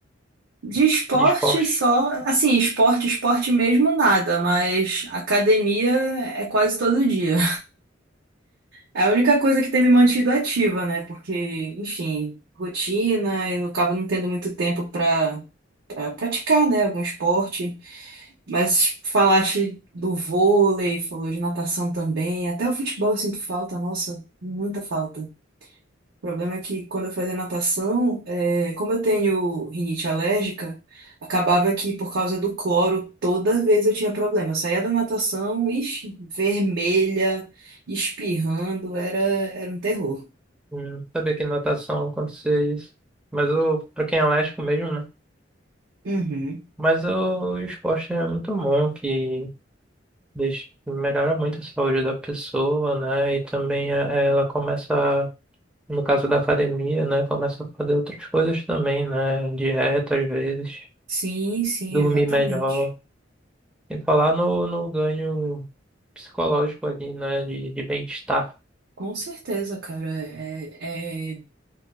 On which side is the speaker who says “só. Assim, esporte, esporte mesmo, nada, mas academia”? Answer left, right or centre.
Right